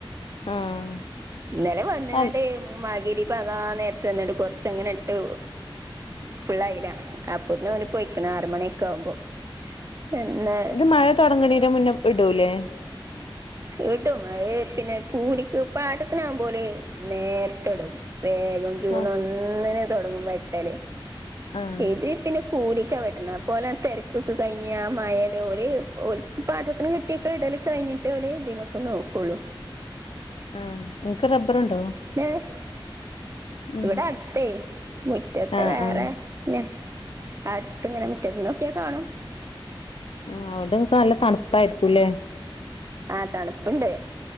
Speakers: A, on the left; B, on the right.
A: ആഹ്
B: ഇന്നലെ വന്നുകൊണ്ട്
A: ആഹ്
B: മാഗ്രിബ് ആകൻ നേരത്തെ വന്നുകൊണ്ട് കൊറച്ചങ്ങനെ ഇട്ടു ഫുള്ളായില്ല അപ്പോ തന്നെ അവന് പോയിക്കണ് ആറു മണിയൊക്കെ ആവുമ്പോ പിന്നെ
A: ഇത് മഴ തുടങ്ങണന് മുന്നേ ഇടൂല്ലേ
B: ഇടും അതെ പിന്നെ കൂലിക്ക് പാട്ടത്തിനാകുമ്പോ ഓല് നേർത്തെയിടും വേഗം ജൂൺ
A: ആഹ്
B: ഒന്നിനെ തുടങ്ങും വെട്ടല്
A: ആഹ്
B: ഇതിൽ പിന്നെ കൂലിക്കാ വെട്ടുന്നെ അപ്പോ ഓല തിരക്കൊക്കെ കഴിഞ്ഞ് ആ മഴയത്തു ഓല് ഓല്ക്ക്‌ പാട്ടത്തിന് കിട്ടിയക്കെ ഇടല് കഴിഞ്ഞിട്ടെ അവര് ഇതിമേക്ക് നോക്കുള്ളൂ
A: ആഹ് നിങ്ങക്ക് റബ്ബറുണ്ടോ
B: ഏഹ്
A: ഉം
B: ഇവിടെ അടുത്തേ മുറ്റത്തെ
A: ആഹ്
B: വേറെ
A: ആഹ്
B: പിന്നെ അടുത്ത് ഇങ്ങനെ മുറ്റത്തന്ന് ‌ നോക്കിയാ കാണാം
A: ഉം അതുകൊണ്ട് നിങ്ങക്ക് നല്ല തണുപ്പായിരിക്കൂല്ലേ
B: ആഹ് തണുപ്പുണ്ട്